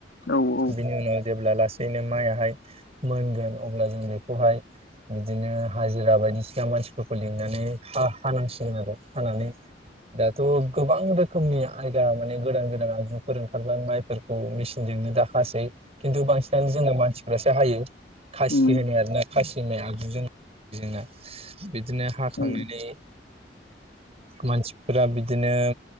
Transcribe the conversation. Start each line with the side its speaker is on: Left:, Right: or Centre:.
Left: औ औ
Right: बिनि उनाव जेब्ला लासैनो माइआहाय मोनगोन अब्ला जों बेखौहाय बिदिनो हाजिरा बायदिसिना मानसि फोरखौ लिंनानै हा हानांसिगोन आरो हानानै दा थह गोबां रोखोमनि आयदा माने गोदान गोदान आगजुफोर ओंखारबा माइफोरखौ मेसिनजोंनो दाखां हासै खिन्थु बांसिनानो जोंना मानसिफ्रासो हायो। खासि
Left: उम
Right: होनो आरोोना खासि होननाय आगजुजों जोंना बिदिनो हाखांनायनि
Left: औ
Right: मानसिफोरा बिदिनो